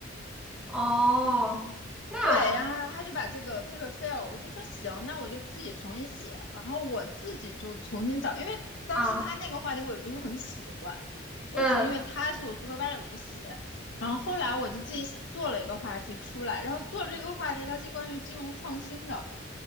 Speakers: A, in the centre; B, on the left.
A: 哦，那
B: 对，然后他就把这个 paper fail，我就说行，那我就自己重新写，然后我自己就重新找，因为当时他那个话题我也不是很喜欢，
A: 啊，
B: 我只是因为他是我
A: 嗯
B: supervisor 我就写，然后后来我就自己做了一个话题出来，然后做这个话题它是关于金融创新的，